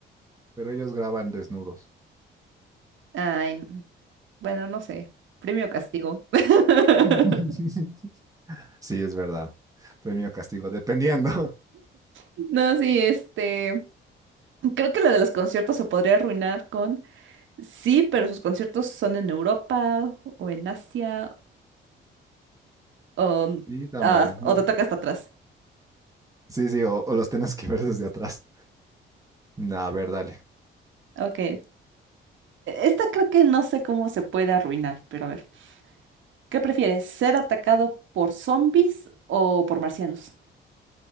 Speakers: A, on the right (about 15°); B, on the right (about 75°).
A: Pero ellos graban desnudos.
B: Ay, n- bueno, no sé, premio o castigo. <laughs>
A: <laughs> Sí, es verdad. Premio o castigo, dependiendo. <laughs>
B: No, sí, este, creo que la de los conciertos se podría arruinar con, sí, pero sus conciertos son en Europa o en Asia o, mm,
A: Sí, también.
B: ah,
A: No.
B: o te toca hasta atrás.
A: Sí, sí, o, o los tenés que ver desde atrás. Nah, a ver, dale.
B: Ok, Eh, Esta creo que no sé cómo se puede arruinar, pero a ver. ¿Qué prefieres? ¿Ser atacado por zombies o por marcianos?